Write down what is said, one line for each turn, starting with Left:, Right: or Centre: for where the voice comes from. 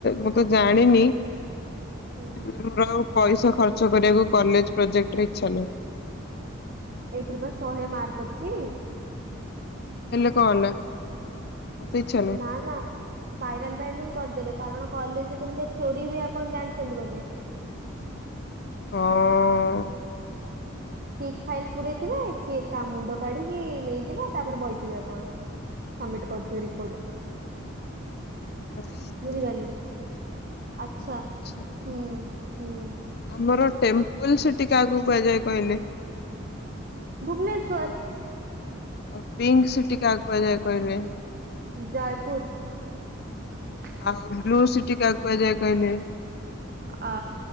Left: ମୁଁ ତ ଜାଣିନି ହେଲେ
Right: ହୁଁ।
Left: ମୋର ଆଉ ପଇସା ଖର୍ଚ୍ଚ କରିବାକୁ କଲେଜ ପ୍ରୋଜେକ୍ଟରେ ଇଛା ନାହିଁ।
Right: ଏଇଥିରେ ପା ଶହେ ମାର୍କ ଅଛି?
Left: ହେଲେ କଣ ହେଲା? ମତେ ଇଚ୍ଛା ନାହିଁ
Right: ଏ ନା ନା। ସ୍ପାଇରାଲ ବାଇଣ୍ଡିଙ୍ଗ କରିଦେବେ କାରଣ କଲେଜରେ କେମିତିଆ ଚୋରି ହୁଏ ଆପଣ ଜାଣିଛନ୍ତି ବୋଧେ।
Left: ହଁ ଅଁ।
Right: ଠିକ ଫାଇଲ ପୁରେଇଥିବେ କିଏ କା ମୁଣ୍ଡ କାଢିକି ନେଇଯିବ ତାପରେ ବଇଥିବେ ଆପଣ। ସବମିଟ କରୁଥିବେ ରିପୋର୍ଟ।
Left: ଓ। <inaudible>
Right: ବୁଝିପାରିଲେ ଆଚ୍ଛା
Left: ଆଛା
Right: ହୁଁ ହୁଁ।
Left: ଆମର ଟେମ୍ପଲ ସିଟି କାଆକୁ କୁହାଯାଏ କହିଲେ?
Right: ଭୁବନେଶ୍ୱର।
Left: ଆଉ ପିଙ୍କ ସିଟି କାହାକୁ କୁହାଯାଏ କହିବେ?
Right: ଜାୟପୁର।
Left: ଆଉ ବ୍ଲୁ ସିଟି କାକୁ କୁହାଯାଏ କହିଲେ।
Right: ଅ